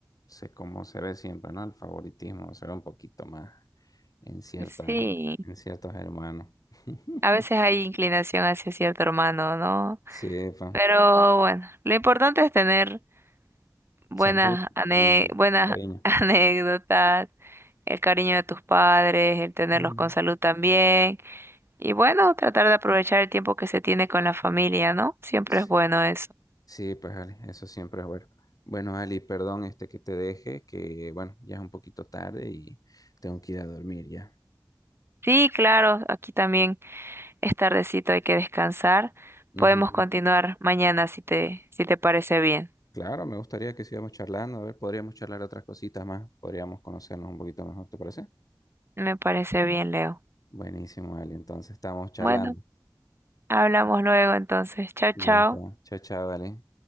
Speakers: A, on the left; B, on the right.
A: sé cómo se ve siempre, ¿no? El favoritismo se ve un poquito más en cierta,
B: Sí,
A: en ciertos hermanos. <laughs>
B: a veces hay inclinación hacia cierto hermano, ¿no?
A: Sí, pa.
B: Pero bueno, lo importante es tener Buenas,
A: Salud
B: ane-
A: y
B: buenas
A: cariño.
B: <laughs> anécdotas, el cariño de tus padres, el tenerlos
A: Ujú.
B: con salud también. Y bueno, tratar de aprovechar el tiempo que se tiene con la familia, ¿no? Siempre
A: Sí,
B: es bueno eso.
A: sí, pues Ali, eso siempre es bueno. Bueno, Ali, perdón este que te deje, que bueno, ya es un poquito tarde y tengo que ir a dormir ya.
B: Sí, claro, aquí también es tardecito, hay que descansar.
A: Ujú.
B: Podemos continuar mañana si te, si te parece bien.
A: Claro, me gustaría que sigamos charlando, a ver, podríamos charlar otras cositas más, podríamos conocernos un poquito mejor, ¿te parece?
B: Me parece bien, Leo.
A: Buenísimo, Ali, entonces estamos charlando.
B: Bueno, hablamos luego entonces. Chao, chao.
A: Ya está. Chao, chao, Ali.